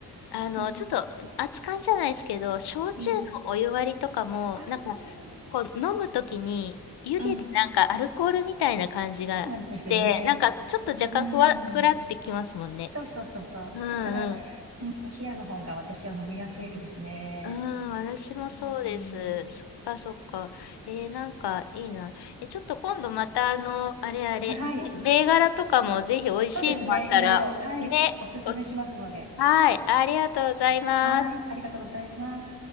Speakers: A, on the left (about 85°); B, on the right (about 40°).
A: あの、
B: うん
A: ちょっと、熱燗じゃないですけど、焼酎のお湯割りとかも、
B: うん。ああ、
A: なんか、こう、飲むときに、湯気でなんかアルコールみたいな感じがして、
B: うん。そうなんですよね。
A: なんか、ちょっと若干ふわ、
B: うん。
A: くらってきますもんね。
B: そうそうそうそう。
A: う
B: だから、
A: ん
B: うん、冷やの方が私は飲みやすいですね。
A: うん、私もそうです。
B: うん。
A: そっかそっか。えー、なんかいいな。え、ちょっと今度またあの、あれあれ、
B: はい。
A: め銘柄とかもぜひ美味しいのあったら、
B: そうですね。いろいろ。はい。
A: ね、
B: おおすすめしますので。
A: おすはい、ありがとうございます。
B: はい。ありがとうございます。